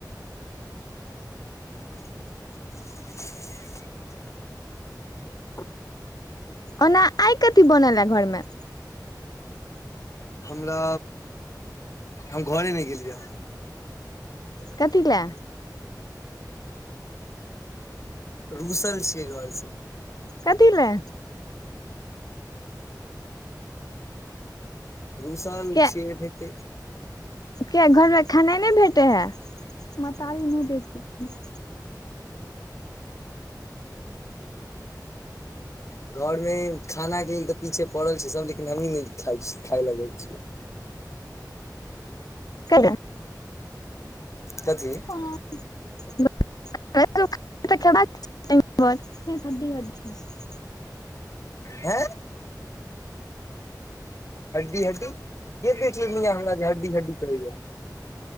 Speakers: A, on the left; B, on the left.
A: <unintelligible>
B: ओना आइ कथी बनले घरमे
A: हमरा हम घरे मे गेलियै ह
B: कथिला
A: रूसल छियै घर से
B: कथी लए
A: रूसल
B: किया
A: छि ओनाहितै
B: घरमे खेनाइ नहि भेटै है महतारी नै दैत हैथि
A: <inaudible> घर में खाना के त पीछे पड़ल छै सब लेकिन हमही नहि खा खाय लए जाइ छियै
B: कैला
A: कथि
B: <unintelligible> हे ठडी ह छै
A: हँ हड्डी हड्डी के देख ले म ह हड्डी हड्डी करै या